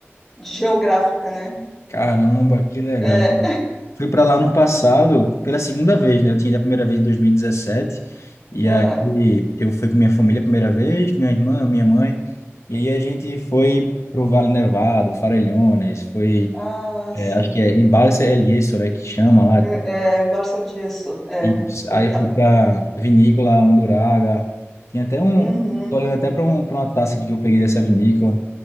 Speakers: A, in the centre; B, on the left.
A: de geográfica, né?
B: Caramba, que legal.
A: É,
B: Fui para lá no passado pela segunda vez, né? Eu tinha ido a primeira vez em 2017. E dezessete. E
A: é,
B: aí eu fui com minha família a primeira vez, minha irmã, minha mãe. E aí a gente foi pro Vale Nevado, Farellones, foi,
A: ah,
B: é,
A: sim.
B: acho que é Embalse El Yeso, né, que chama lá.
A: É, é, Barça disso. É,
B: Isso.
A: eu,
B: Aí fui
A: ah,
B: para Vinícola Unduraga. Tem até um,
A: uhum,
B: tô olhando até para um, para uma taça aqui que eu peguei dessa vinícola.